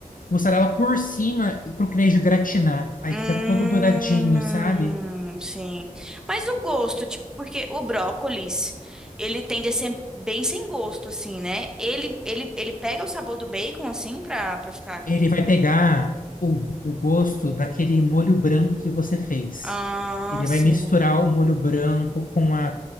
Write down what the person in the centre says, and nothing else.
Hum,
sim. Mas o gosto, tipo, porque o brócolis, ele tende a ser bem sem gosto, assim, né? Ele, ele, ele pega o sabor do bacon, assim, pra, pra ficar.
Ah,
sim.